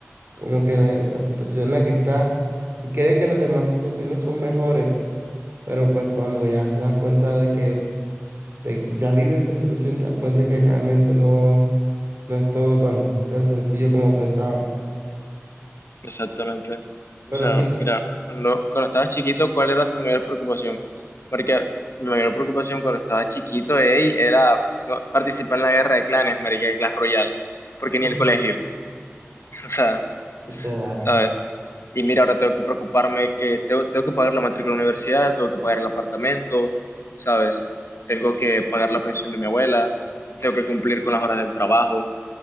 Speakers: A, on the right; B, on the left.
A: como que la, la situación en la que está, y cree que las demás situaciones son mejores, pero pues cuando ya te das cuenta de que de que ya vives esa situación, te das cuenta que realmente no, no es todo tan, tan sencillo como pensabas.
B: Exactamente.
A: Pero
B: O sea,
A: sí,
B: mira, cuando, cuando estabas chiquito, ¿cuál era tu mayor preocupación? Porque mi mayor preocupación cuando estaba chiquito, ey, era no, participar en la guerra de clanes, marica, de Clash Royale, porque ni
A: hmm,
B: el colegio, <laughs> o sea,
A: literal.
B: ¿sabes? Y mira, ahora tengo que preocuparme que tengo, tengo que pagar la matrícula de la universidad, tengo que pagar el apartamento, ¿sabes? Tengo que pagar la pensión de mi abuela, tengo que cumplir con las horas del trabajo,